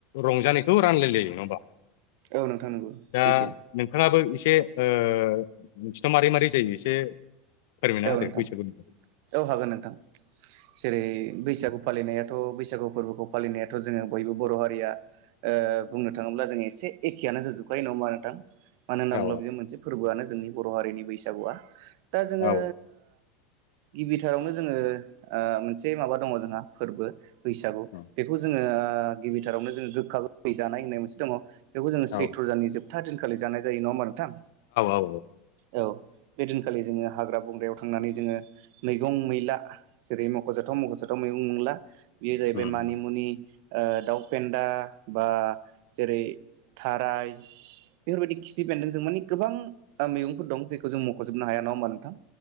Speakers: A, on the left; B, on the right.
A: रंजानायखौ रानलायलायो नङा होमबा
B: औ नोंथां नंगौ
A: दा
B: सैथो
A: नोंथाङाबो एसे ओ नोंसिना मारै मारै जायो एसे फोरमायना
B: औ
A: होदो
B: नोंथां
A: बैसागुनि बागै
B: औ हागोन नोंथां जेरै बैसागु फालिनायाथ' बैसागु बैसागु फोरबोखौ फालिनायाथ' जोङो बयबो बर' हारिया बुंनो थाङोब्ला जों एसे एखेयानो जोजोबखायो नङा होनबा नोंथां मानो होनना
A: औ
B: बुङोब्ला बे मोनसे फोरबोयानो जोंनि बर' हारिनि बैसागुया दा जोङो
A: औ
B: गिबिथारावनो जोङो आ मोनसे माबा दङ जोंहा फोरबो बैसागु
A: औ
B: बेखौ जोङो गिबिथारावनो जोङो गोखा गोखै जानाय होननाय मोनसे दङ बेखौ जोङो सैथ्र'
A: औ
B: जाननि जोबथा दिनखालि जानाय जायो नङा होमबा नोंथां
A: औ
B: औ बे दिनखालि जोङो हाग्रा बंग्रायाव थांनानै जोङो मैगं मैला जेरै मख'जाथाव मख'जाथाव मैगं मैला बेयो जाहैबाय
A: उम
B: मानिमुनि ओ दाउ फेनदाबा जेरै थाराय बेफोरबायदि खिफि बेनदों जों मानि गोबां मैगंफोर दं जेखौ जों मख' जोबनो हाया नङा होनबा नोंथां